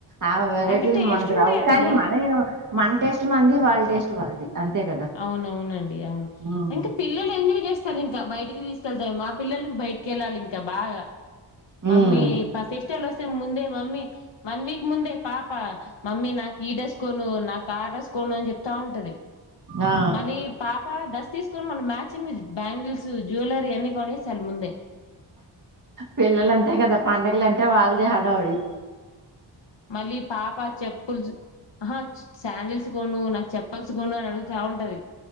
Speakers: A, on the right; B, on the left.
A: ఆ వెరైటీలు
B: అవి టేస్ట్
A: మనకు రావు
B: ఉంటాయండి
A: కానీ మనం మన టేస్ట్ మనది వాళ్ళ టేస్ట్ వాళ్ళది అంతే కదా
B: అవున్ అవునండి అవును
A: ఉమ్
B: ఇంకా పిల్లలు ఎంజాయ్ చేస్తారు ఇంకా బయటికి తీసు కెళ్తె మా పిల్లలకి బయటకి వెళ్లాలి ఇంకా బాగా మమ్మీ
A: ఉమ్,
B: ప ఫెస్టివల్ వస్త ముందే మమ్మీ వన్ వీక్ ముందే పాప మమ్మీ నాకు ఈడెసుకొను నాకు క డ్రెస్సు కొను అని చెప్తా ఉంటది
A: ఆ
B: మళ్ళీ పాప డ్రస్ తీసుకొని మనం మ్యాచింగ్ బ్యాంగిల్స్ జ్యవలరీ అన్ని కొనేసారు ముందే
A: పిల్లలంతే కదా పండగలంటే వాళ్ళదే హడవుడి
B: మళ్ళీ పాప చప్పుల్స్ ఆహా శాండిల్స్ కూడా నువ్ నాకు చెప్పల్స్ కొను అని అడుగుతా ఉంటది